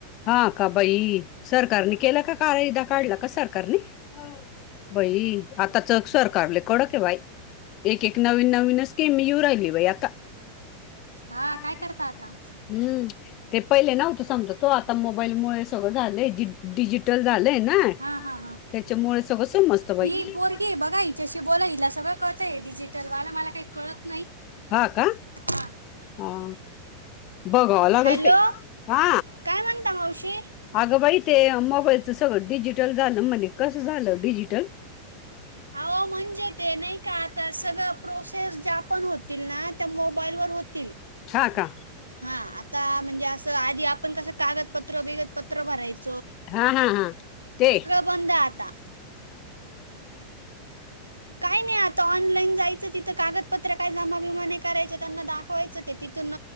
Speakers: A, on the left; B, on the right.
A: हां का बाई सरकारन केला का कायदा काढला का सरकारने? हो बाई आता च सरकार लई कडक आहे बाई. एक एक नवीन नवीनच स्कीम येऊ राहिली बाई आता <unintelligible>
B: हा काय करता आता?
A: हुं ते पहिले नव्हतं समजत वो आता मोबाईलमुळे सगळं झालंय, डिजिटल झाले. होय ना
B: हा हा हा
A: त्याच्यामुळे सगळं समजतं बाई
B: ही पोरगी हाय बघा हिच्याशी बोला, हिला सगळं कळतय डिजिटल वालं मला काही कळत नाही
A: हा का
B: हा
A: हा बघावं लागल
B: हॅलो
A: ते हा
B: काय म्हणता मावशी
A: अगं बाई ते मोबाइल च सगळं डिजिटल झालं म्हणे कसं झालं डिजिटल?
B: आवो म्हणजे ते नाही का आता सगळं प्रोसेस ज्या पण होतील ना त्या मोबाईलवर होतील,
A: हा का
B: हा आता म्हणजे असं आ आधी आपण कसं कागदपत्र बिगतपत्र भरायच
A: हा हा हा ते
B: बंद आता काय नाय आता ऑनलाईन जायचं तिथ कागदपत्र काय जमा बीमा नाय करायचे त्यांना दाखवायच ते तिथून